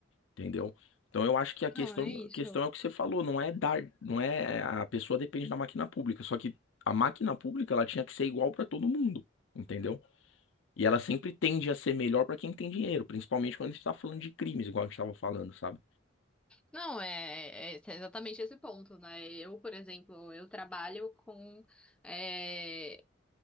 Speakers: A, on the left; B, in the centre.
A: Entendeu? Então eu acho que a questão,
B: Não, é isso.
A: a questão é o que você falou, não é dar, não é a pessoa depende da máquina pública, só que a máquina pública ela tinha que ser igual para todo mundo, entendeu? E ela sempre tende a ser melhor para quem tem dinheiro, principalmente quando a gente está falando de crimes, igual a gente estava falando, sabe?
B: Não, é, é exatamente esse ponto, né? Eu, por exemplo, eu trabalho com eh,